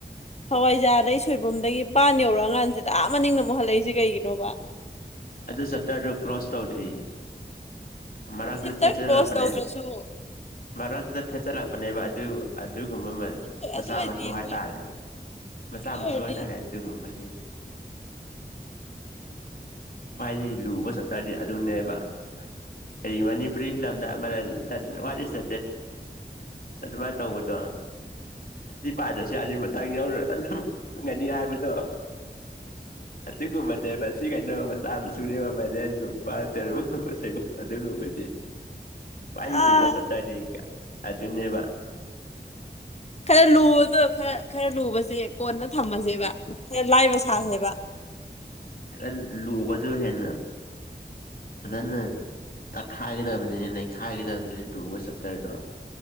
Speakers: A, on the left; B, on the left.
A: ꯍꯋꯥꯏꯖꯥꯗꯩ ꯁꯣꯏꯕꯨꯝꯗꯒꯤ ꯄꯥꯟ ꯌꯧꯔꯛꯑꯀꯥꯟꯖꯤꯗꯥ ꯑꯥ ꯃꯥꯅꯤꯡꯅ ꯑꯃꯨꯛ ꯍꯜꯂꯛꯏꯖꯤ ꯀꯩꯒꯤꯅꯣꯕ
B: ꯑꯗꯨ ꯆꯞꯇꯔꯗꯨ ꯀ꯭ꯂꯣꯁ ꯇꯧꯗ꯭ꯔꯤꯌꯦ ꯃꯔꯛꯇ
A: ꯆꯦꯞꯇꯔ
B: ꯊꯦꯆꯤꯜꯂꯄꯅꯦ
A: ꯀ꯭ꯂꯣꯁ ꯇꯧꯗ꯭ꯔꯁꯨ
B: ꯃꯔꯛꯇꯨꯗ ꯊꯦꯠꯆꯜꯂꯛꯄꯅꯦꯕ ꯑꯗꯨ ꯑꯗꯨꯒꯨꯝꯕ
A: ꯑꯗꯨ
B: ꯃꯆꯥ
A: ꯑꯗꯨ ꯑꯣꯏꯔꯗꯤ
B: ꯃꯁꯨ ꯍꯥꯏꯇꯥꯔꯦ
A: ꯂꯣꯏ
B: ꯃꯆꯥ
A: ꯑꯗꯨ
B: ꯃꯁꯨ
A: ꯑꯣꯏꯔꯗꯤ
B: ꯍꯥꯏꯇꯥꯔꯦ ꯑꯗꯨꯒꯨꯝꯕꯒꯤ ꯈ꯭ꯋꯥꯏꯗꯤ ꯂꯨꯕ ꯆꯞꯇꯔꯗꯤ ꯑꯗꯨꯅꯦꯕ ꯑꯩ ꯃꯅꯤ ꯄꯔꯤ ꯐꯤꯂꯝꯗ ꯑꯃꯅ ꯗꯠ ꯋꯥꯠ ꯏꯁ ꯗꯥ <unintelligible> ꯇꯧꯕꯗꯣ ꯁꯤꯗꯤ ꯄꯥꯏꯗ꯭ꯔꯁꯨ ꯌꯥꯅꯤ ꯃꯇꯥꯡ ꯌꯧꯔ ꯑꯗꯨꯝ ꯈꯪꯉꯅꯤ ꯍꯥꯏꯕꯗꯣ ꯑꯗꯨꯒꯨꯝꯕꯅꯦꯕ ꯁꯤꯒ ꯆꯥꯕ ꯁꯨꯅꯦꯕ ꯃꯔꯦꯟꯒꯨꯝꯕ <unintelligible> ꯑꯗꯨꯒꯨꯝꯕꯗꯤ ꯈ꯭ꯋꯥꯏ
A: ꯑꯥ
B: ꯂꯨꯕ ꯆꯞꯇꯔꯗꯤ ꯑꯗꯨꯅꯦꯕ
A: ꯈꯔ ꯂꯨꯕꯗꯣ ꯈꯔ ꯈꯔ ꯂꯨꯕꯁꯦ ꯀꯣꯟꯅ ꯊꯝꯃꯁꯦꯕ ꯈꯔ ꯂꯥꯏꯕ ꯁꯥꯁꯦꯕ
B: ꯑꯁ ꯈꯔ ꯂꯨꯕꯗꯨ ꯍꯦꯟꯅ ꯐꯖꯅ ꯇꯛꯈꯥꯏꯒꯗꯕꯅꯤꯅ ꯅꯩꯈꯥꯏꯒꯗꯕꯅꯤꯅ ꯂꯨꯕ ꯆꯞꯇꯔꯗꯣ